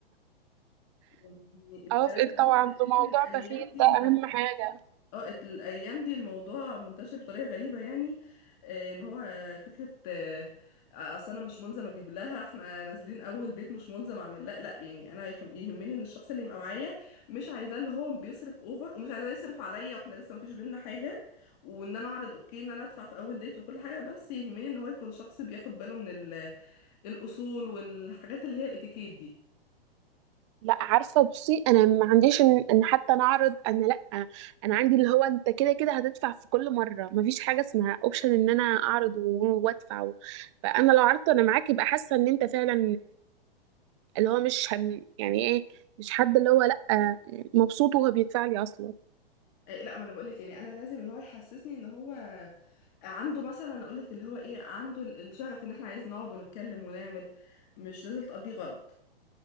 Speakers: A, on the left (about 45°); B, on the right (about 30°).
A: يعني التلاتة
B: اوافقك
A: دول
B: طبعا
A: لان
B: في موضوع بخيل
A: الايام دي
B: ده
A: مع
B: اهم حاجة
A: اه ات- الايام دي الموضوع منتشر بطريقه غريبه يعني آه، ان هو آه، فكره آه، آه، اصل انا مش ملزم اجيب لها احنا نازلين اول ديت مش ملزم اعمل لا لا يعني انا يهم- يهمني ان الشخص اللي يبقى معايا مش عايزاه اللي هو بيصرف اوفر ومش عايزاه يصرف عليا واحنا لسه مفيش بينا حاجه وان انا اعرض اوكي ان انا ادفع في اول ديت وكل حاجه بس يهمني ان هو يكون شخص بياخد باله من ال- الاصول والحاجات اللي هي الاتيكيت دي
B: لا عارفة بصي انا ما عنديش ان, إن حتى نعرض انا لا انا عندي اللي هو انت كده كده هتدفع في كل مرة ما فيش حاجة اسمها اوبشن ان انا اعرض و- وادفع فانا لو عرضت انا معاك يبقى حاسة ان انت فعلا اللي هو مش هم يعني ايه مش حد اللي هو لأ مبسوط وهو بيدفع لي اصلا
A: إيه، لا ما انا بقولك يعني انا لازم ان هو يحسسني ان هو عنده مثلا اقولك اللي هو ايه عنده ال- الشغف ان احنا عايز نقعد ونتكلم ونعمل مش لازم تقضي غلط